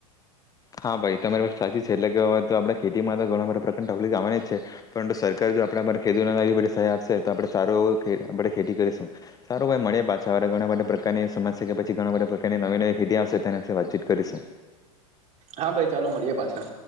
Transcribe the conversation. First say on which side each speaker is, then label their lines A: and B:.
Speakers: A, on the left (about 20°); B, on the right (about 35°).
A: હા ભાઈ તો તમારી વાત સાચી છે એટલે કે હવે તો આપણા ખેતીમાં તો ઘણા બધા પ્રકાર વલી ગવાની જ છે પરંતુ સરકાર. જો આપણે ખેડૂતો ને એવી બઘી સહાય આપશે તો આપણે સારો આપણે ખેતી કરીશું. ઈ મળે પાછા હવે ઘણા બધા પ્રકારની સમસ્યા કે પછી ઘણા બધાકારની નવી નવી ખીતી આવશે તેના વિ વાતચીત કરીશું.
B: હા ભાઈ ચાલો મળીએે પાછા.